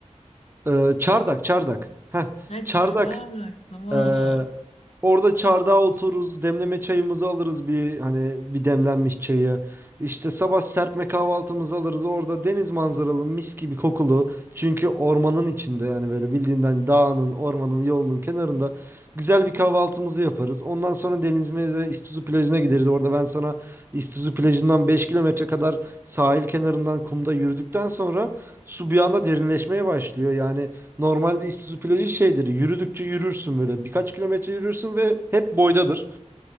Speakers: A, on the right; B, on the left.
A: Ee, çardak çardak. Heh,
B: Ha
A: çardak
B: çardak tamam.
A: Ee, orada çardağa otururuz, demleme çayımızı alırız bir hani bir demlenmiş çayı. İşte sabah serpme kahvaltımızı alırız. Orada deniz manzaralı, mis gibi kokulu. Çünkü ormanın içinde yani böyle bildiğinden dağının, ormanın, yolunun kenarında güzel bir kahvaltımızı yaparız. Ondan sonra denizimize İstizu plajına gideriz. Orada ben sana İstizu plajından 5 kilometre kadar sahil kenarından kumda yürüdükten sonra su bir anda derinleşmeye başlıyor. Yani Normalde Isuzu plajı şeydir. Yürüdükçe yürürsün böyle. Birkaç kilometre yürürsün ve hep boydadır.